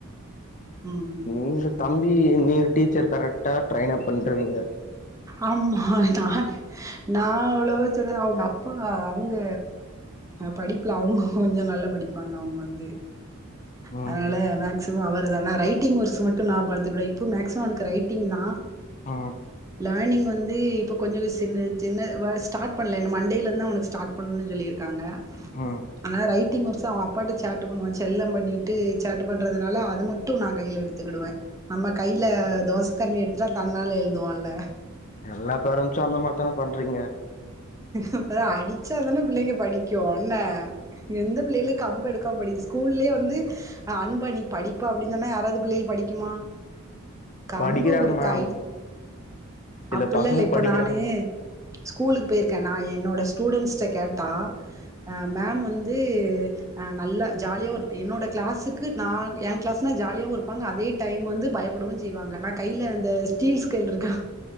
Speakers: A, on the right; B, on the left.
A: ம்
B: உங்க தம்பி நீ டீச்சர் கரெக்டா ட்ரைன் அப் பண்ருவீங்க
A: ஆமா நா அவ்ளவா சொல் அவுங்க அப்பா அவுங்க படிப்புல அவுங்க கொஞ்சோ நல்லா படிப்பாங்க அவுங்க வந்து
B: ம்
A: அதனால மேக்சிமம் அவர் தா நா ரைட்டிங் ஒர்ஸ் மட்டு நா பாத்துக்குவ இப்போ மேக்சிமம் அவனுக் ரைட்டிங் தா
B: ம்
A: லேர்னிங் வந்து இப்போ கொஞ்சம் சின்ன சின்ன ஸ்டார்ட் பண்ணல என் மண்டேலருந்தா அவனுக்கு ஸ்டார்ட் பண்ணணுன் சொல்லியிருக்காங்க
B: ம்
A: அதனால ரைட்டிங் ஒர்க்ஸ் அவன் அப்பாட்ட சேட்ட பண்ணுவா செல்லம் பண்ணிட்டு சேட்ட பண்ணுறதுனால அது மட்டு நா கையில எடுத்துக்கிடுவே நம்ம கையில தோச கரண்டி எடுத்துட்டா தன்னால எழுதுவான்ல
B: எல்லா பேரண்ட்ஸும் அந்த மாரி தானே பண்றீங்க
A: அப்ப அடிச்சாதானே பிள்ளைங்க படிக்கு என்ன எந்த பிள்ளைகளு கம்பு எடுக்காம படிக்கு ஸ்கூல்லேயே வந்து அன்பா நீ படிப்பா அப்டின்னு சொன்னா யாராவது பிள்ளைளு படிக்குமா கம்பு
B: படிக்கிறாங்க
A: ஒரு
B: மேம்
A: கை
B: சில
A: அப்பல்லல்ல
B: பசங்க
A: இப்ப
B: படிக்கிறாங்க
A: நானு ஸ்கூலுக்கு போயிருக்கே நா என்னோட ஸ்டூடண்ட்ஸ்ட்ட கேட்டா ஆ மேம் வந் து அ நல்ல ஜாலியாவு இருப்ப என்னோட கிளாஸ்க்கு நா எ கிளாஸ்னா ஜாலியாவு இருப்பாங்க அதே டைம் வந்து பயப்ப ப்படவு செய்வாங்க நா கையில அந்த ஸ்டீல் ஸ்கேல் இருக்கா